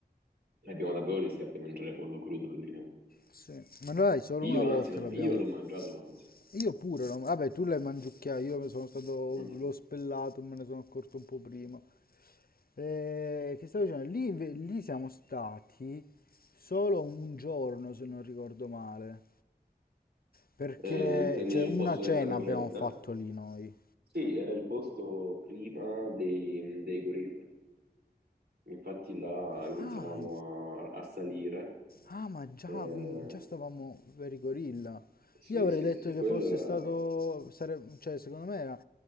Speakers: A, on the right; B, on the left.
A: E Abbiamo davvero rischiato di mangiare pollo crudo lì. eh.
B: Sì. Ma noi solo una
A: Io
B: volta
A: anzi, l'ho
B: l'abbiamo.
A: io l'ho mangiato anzi.
B: Io pure, l'ho- vabbè, tu l'hai mangiucchiato, io me sono stato,
A: Mm.
B: l'ho spellato, me ne sono accorto un po' prima. Eh, che stavo dicendo? Lì, inve- lì siamo stati solo un giorno, se non ricordo male, perché
A: Eh, intendi
B: cioè,
A: il
B: una
A: posto
B: cena
A: senza corrente?
B: abbiamo fatto lì noi.
A: Sì, era il posto prima dei, dei gorilla. Infatti là iniziavamo
B: Ah,
A: a, a salire.
B: ah, ma già,
A: Eh,
B: quindi già stavamo per i gorilla.
A: sì,
B: Io avrei
A: sì,
B: detto
A: sì, sì,
B: che
A: quello
B: fosse
A: era...
B: stato, sare- cioè secondo me era,